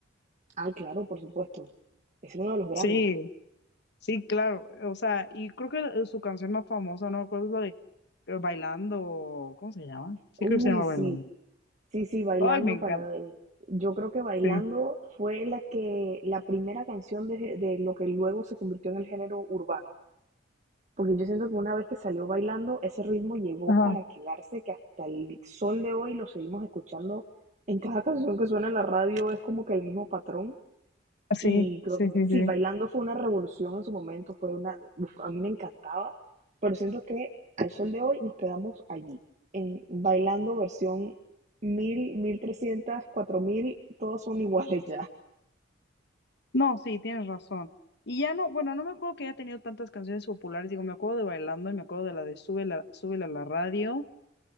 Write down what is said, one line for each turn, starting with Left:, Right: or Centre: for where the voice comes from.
Right: Ah, claro, por supuesto. Es uno de los grandes.
Left: Sí, sí, claro. O sea, y creo que la- su canción más famosa, no recuerdo, es la de eh, Bailando, o- ¿cómo se llama? Sí,
Right: Uy,
Left: creo que se llama
Right: sí.
Left: Bailando.
Right: Sí, sí, Bailando
Left: Ay, me encanta.
Right: para eh, Yo creo que Bailando
Left: Sí.
Right: fue la que la primera canción de, de lo que luego se convirtió en el género urbano, porque yo siento que una vez que salió Bailando, ese ritmo llegó
Left: Ajá.
Right: para quedarse, que hasta el sol de hoy lo seguimos escuchando en cada canción que suena en la radio, es como que el mismo patrón.
Left: Sí,
Right: Y creo
Left: sí,
Right: que
Left: sí,
Right: sí,
Left: sí.
Right: bailando fue una revolución en su momento, fue una, uf, a mí me encantaba, pero siento que al sol de hoy nos quedamos allí, en bailando versión mil mil trescientas cuatro mil todos son iguales ya.
Left: No, sí, tienes razón. Y ya no, bueno, no me acuerdo que haya tenido tantas canciones populares, digo, me acuerdo de Bailando y me acuerdo de la de Súbela, Súbela a la radio